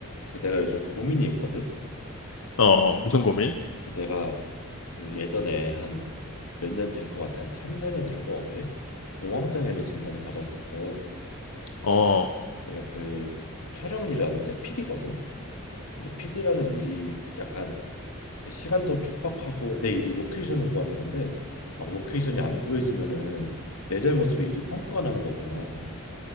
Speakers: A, on the left (about 90°); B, on the left (about 60°).
A: 그 내가 요즘 고민이 있거든.
B: 어, 무슨 고민?
A: 그 내가 그 예전에 한 몇 년 된 것 같아. 한 3, 4년 된 것 같아. 공황장애를 진단을 받았었어.
B: 어,
A: 내가 그 촬영 일하는 때가 PD거든. 근데 PD라는 일이 그 약간 그 시간도 촉박하고 내 일이 로케이션을 구하는 건데 막 로케이션이 안 구해지면은 내 잘못으로 일이 펑크가 나는 거잖아. 뭐